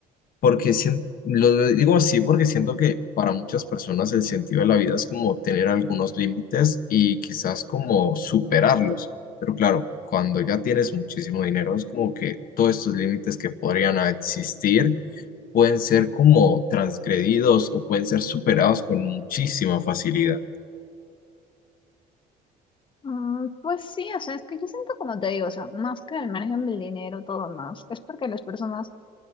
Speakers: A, on the left; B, on the left.
A: porque sien- lo digo así porque siento que para muchas personas el sentido de la vida es como tener algunos límites y quizás como superarlos. Pero claro, cuando ya tienes muchísimo dinero, es como que todos estos límites que podrían existir pueden ser como transgredidos o pueden ser superados con muchísima facilidad.
B: Mm, Pues sí, o sea, es que yo siento como te digo, o sea, más que el margen del dinero, todo más, es porque las personas